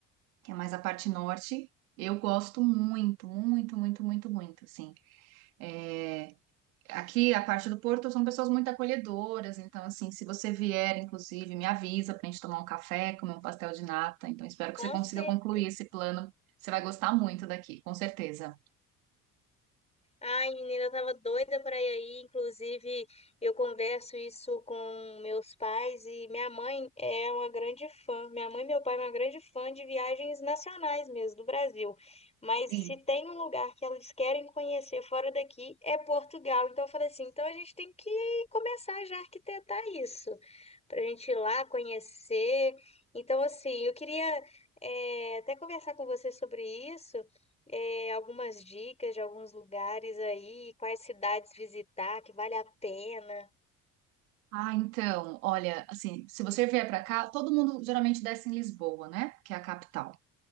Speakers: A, on the right; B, on the left.
A: que é mais a parte norte. Eu gosto muito, muito, muito, muito, muito, assim. É, Aqui, a parte do Porto, são pessoas muito acolhedoras. Então, assim, se você vier, inclusive, me avisa para a gente tomar um café, comer um pastel de nata. Então, espero que
B: Com
A: você consiga
B: certeza.
A: concluir esse plano. Você vai gostar muito daqui, com certeza.
B: Ai, menina, eu tava doida para ir aí. Inclusive, eu converso isso com meus pais e minha mãe é uma grande fã. Minha mãe e meu pai é uma grande fã de viagens nacionais mesmo, do Brasil. Mas
A: Sim.
B: se tem um lugar que eles querem conhecer fora daqui, é Portugal. Então eu falei assim, então a gente tem que começar já a arquitetar isso, para a gente ir lá conhecer. Então, assim, eu queria eh, até conversar com você sobre isso é, algumas dicas de alguns lugares aí, quais cidades visitar que vale a pena.
A: Ah, então, olha, assim, se você vier para cá, todo mundo geralmente desce em Lisboa, né? Que é a capital.